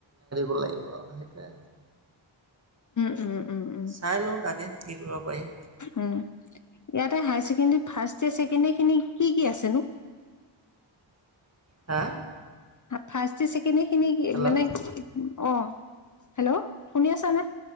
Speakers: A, on the right; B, on the left.
A: কৰিব লাগিব আও সেইটোৱে।
B: উম উম উম
A: চাই লও তাকে কি কৰিব পাৰি
B: উম, ইয়াতে higher secondary first year secondary খিনি কি-কি আছে নো?
A: হা?
B: ফাৰ্ষ্ট ইয়েৰ, চেকেণ্ড ইখিনি
A: হেল্ল'
B: মানে অহ হেল্ল' শুনি আছানে?